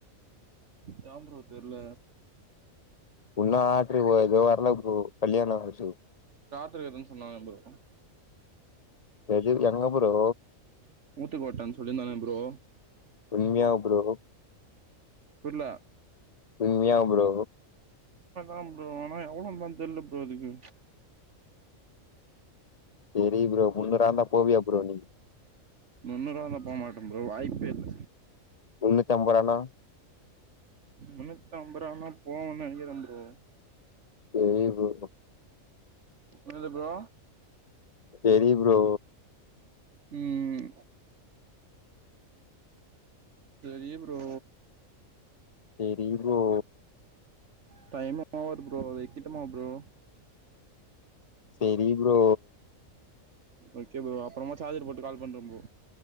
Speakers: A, on the right; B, on the left.
A: அதா ப்ரோ தெரில
B: இன்னு ஆட்ரூ எதுவு வரல ப்ரோ கல்யாண ஆட்ரு
A: து எது சொன்னாக ப்ரோ
B: எது எங்க ப்ரோ
A: ஊத்துக்கோட்ட சொல்லிருந்தனே ப்ரோ
B: உண்மையா ப்ரோ
A: புரில
B: உண்மயா ப்ரோ
A: ஆ ப்ரோ ஆனா எவ்வளோ தா தெரியல ப்ரோ அதுக்கு
B: சரி ப்ரோ முந்நூறா இருந்தா போவியா ப்ரோ நீ
A: முண்ணூறு ரூவாருந்தா போமாட்டே ப்ரோ வாய்ப்பே இல்ல
B: முண்ணூத்தி அம்பது ரூவான்னா
A: முன்னூத்தி அம்பது ரூவான்னா போவோன்னு நெனைக்கிறே ப்ரோ
B: செரி ப்ரோ
A: என்னது ப்ரோ
B: செரி ப்ரோ
A: உம் செரி ப்ரோ
B: செரி ப்ரோ
A: டைமு ஆவுது ப்ரோ வக்கட்டுமா ப்ரோ
B: செரி ப்ரோ
A: ஓகே ப்ரோ அப்புறமா சார்ஜர் போட்டு கால் பண்றே ப்ரோ